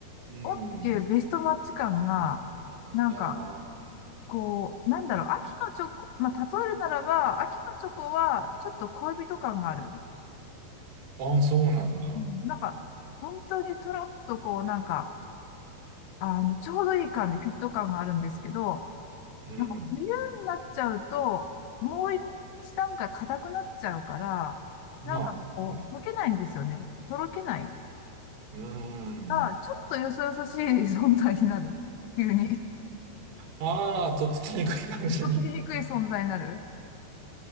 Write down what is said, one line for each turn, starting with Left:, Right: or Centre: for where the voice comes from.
Right: うん。
Left: おっていうベストマッチ感が、なんか、
Right: あ
Left: こう、なんだろう、秋のチョコ、まあ、例えるならば、秋のチョコは、ちょっと恋人感がある。
Right: あ、ああ、そうなんだ。
Left: うんなんか、本当にとろっとこう、なんか、あの、ちょうどいい感じ、フィット感があるんですけど、
Right: うん。
Left: なんか冬になっちゃうと、もう一段階硬くなっちゃうから、
Right: まあ、
Left: なんかこう、
Right: はい。
Left: 溶けないんですよね。とろけない。
Right: うーん。
Left: あ、ちょっとよそよそしい存在になる。<laughs> 急に。
Right: ああ、とっつきにくい感じに。
Left: とっつきにくい存在になる。